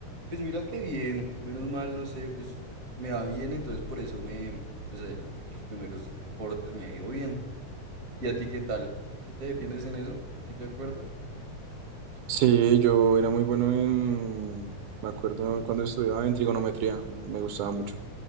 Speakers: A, on the right (about 30°); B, on the right (about 80°).
A: pues mira qué bien. Menos mal, no sé, pues me va bien, entonces por eso me, pues el- los primeros cortes me ha ido bien. ¿Y a ti qué tal? ¿Si te defiendes en eso? ¿Si te acuerdas?
B: Sí, yo era muy bueno en, me acuerdo cuando estudiaba en trigonometría, me, me gustaba mucho